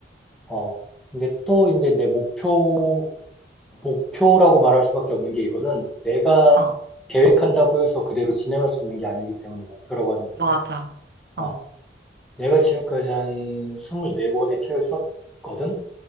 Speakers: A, in the centre; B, on the right.
A: 어, 이제 또 이제 내 목표 목표라고 말할 수밖에 없는 게 이거는 내가
B: 어,
A: 계획한다고 해서 그대로 진행할 수 있는 게 아니기 때문에 목표라고 하는 건데
B: 맞아.
A: 어,
B: 어,
A: 내가 지금까지 한 24권의 책을 썼거든?